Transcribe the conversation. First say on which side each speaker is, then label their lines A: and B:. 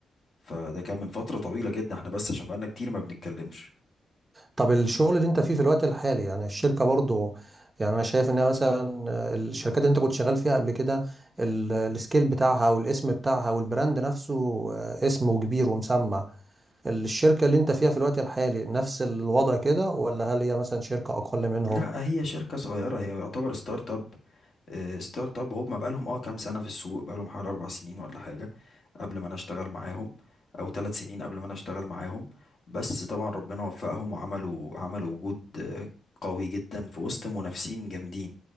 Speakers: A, on the left; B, on the right.
A: فده كان من فترة طويلة جدا احنا بس عشان بقالنا كتير ما بنتكلمش
B: طب الشغل اللي انت فيه في الوقت الحالي يعني الشركة برضو يعني انا شايف انها مثلا الشركات اللي انت كنت شغال فيها قبل كده ال- السكيل بتاعها والاسم بتاعها والبراند نفسه آه، اسم وكبير ومسمع الشركة اللي انت فيها في الوقت الحالي نفس الوضع كده ولا هل هي مثلا شركة اقل منهم؟
A: لا هي شركة صغيرة هي يعتبر ستارت اب آه، ستارت اب هم بقالهم اه كام سنة في السوق بقالهم حوالي أربع سنين ولا حاجة قبل ما أنا أشتغل معاهم أو ثلاث سنين قبل ما أنا أشتغل معاهم بس طبعا ربنا وفقهم وعملوا عملوا وجود آه، قوي جدا في وسط منافسين جامدين